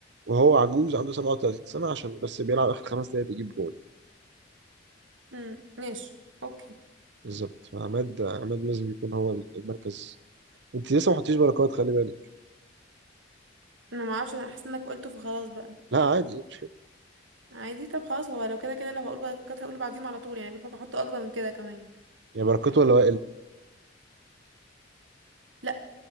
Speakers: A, on the right (about 60°); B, on the right (about 80°).
A: وهو عجوز عنده 37 سنه عشان بس بيلعب اخر خمس دقايق بيجيب جول
B: مم، ماشي اوكي
A: بالظبط فعماد عماد لازم يكون هو المركز انت لسه ما حطيتش بركات خلي بالك
B: انا ما اعرفش انا حاسة انك قلته فخلاص بقى
A: لا عادي مش كده
B: عادي طب خلاص هو لو كده كده لو هقول بركات هقوله بعديهم على طول يعني كنت ممكن احطه اكبر من كده كمان
A: يعني بركات ولا وائل
B: لا